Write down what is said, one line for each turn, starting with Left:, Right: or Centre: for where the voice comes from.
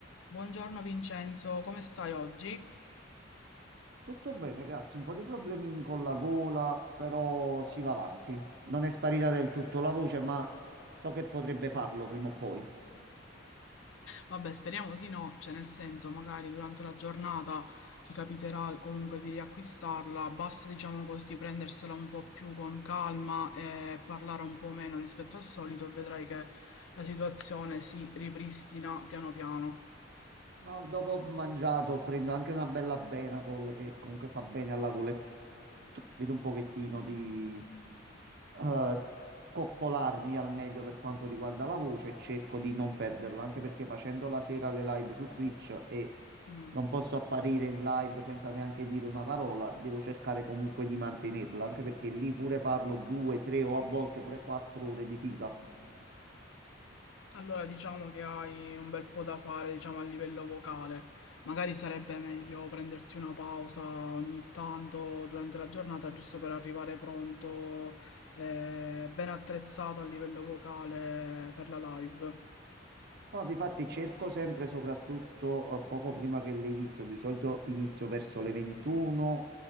Left: Buongiorno Vincenzo, come stai oggi?
Right: Tutto bene, grazie. Un po' di problemini con la gola, però si va avanti. Non è sparita del tutto la voce, ma so che potrebbe farlo prima o poi.
Left: Vabbè, speriamo di no, cioè nel senso, magari durante la giornata ti capiterà comunque di riacquistarla, basta diciamo così prendersela un po' più con calma e parlare un po' meno rispetto al solito e vedrai che la situazione si ripristina piano piano.
Right: No, dopo ho mangiato prendo anche una bella Benacol che comunque fa bene alla gola. e Vedo un pochettino di eh, coccolarmi al meglio per quanto riguarda la voce e cerco di non perderla, anche perché facendo la sera le live su Twitch e
Left: Mm.
Right: non posso apparire in live senza neanche dire una parola, devo cercare comunque di mantenerla, anche perché lì pure parlo due, tre o a volte pure quattro ore di fila.
Left: Allora diciamo che hai un bel po' da fare, diciamo, a livello vocale. Magari sarebbe meglio prenderti una pausa ogni tanto durante la giornata, giusto per arrivare pronto, eh, ben attrezzato a livello vocale per la live.
Right: No, difatti cerco sempre, soprattutto eh, poco prima che le inizio, di solito inizio verso le 21,